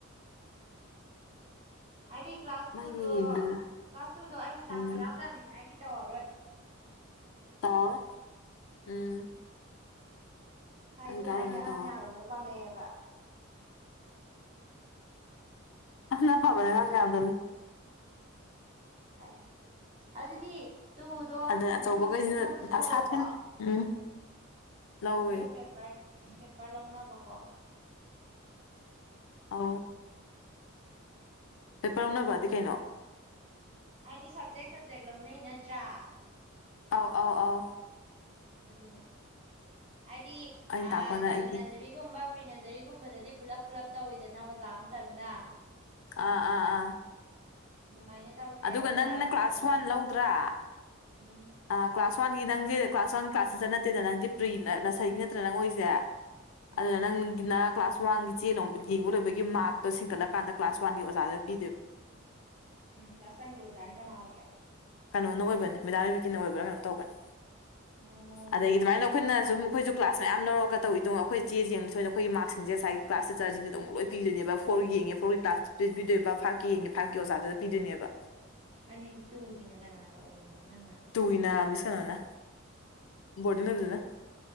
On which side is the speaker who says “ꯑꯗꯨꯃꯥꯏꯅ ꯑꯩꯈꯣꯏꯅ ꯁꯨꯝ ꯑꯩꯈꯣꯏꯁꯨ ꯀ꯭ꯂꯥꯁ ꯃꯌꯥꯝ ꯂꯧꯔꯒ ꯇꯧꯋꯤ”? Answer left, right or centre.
Left